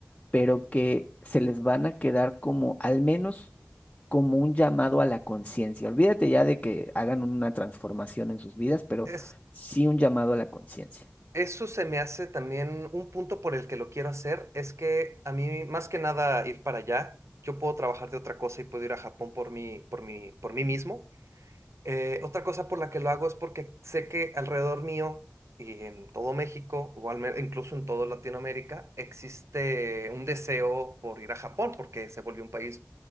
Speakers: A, on the left; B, on the right.
A: pero que se les van a quedar como, al menos, como un llamado a la conciencia. Olvídate ya de que hagan una transformación en sus vidas, pero
B: Es,
A: sí un llamado a la conciencia.
B: eso se me hace también un punto por el que lo quiero hacer, es que a mí más que nada ir para allá, yo puedo trabajar de otra cosa y puedo ir a Japón por mí, por mí, por mí mismo. Eh, otra cosa por la que lo hago es porque sé que alrededor mío y en todo México, o al menos incluso en toda Latinoamérica, existe un deseo por ir a Japón porque se volvió un país